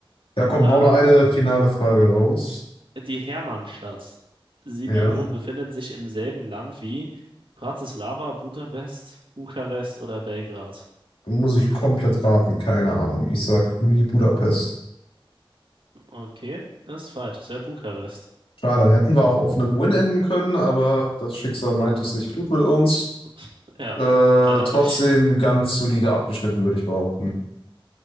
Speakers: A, on the left (about 75°); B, on the right (about 65°).
A: Ja, komm,
B: Ähm,
A: hau noch eine finale Frage raus.
B: die Hermannstadt Sibiu
A: Ja.
B: befindet sich im selben Land wie Bratislava, Budapest, Bukarest oder Belgrad.
A: Muss ich komplett raten, keine Ahnung. Ich sag wie Budapest.
B: Okay, ist falsch. Es wäre Bukarest.
A: Schade, hätten wir auch auf einem Win enden können, aber das Schicksal meint es nicht gut mit uns.
B: <laughs> Ja,
A: Äh,
B: leider
A: trotzdem
B: nicht.
A: ganz solide abgeschnitten, würde ich behaupten.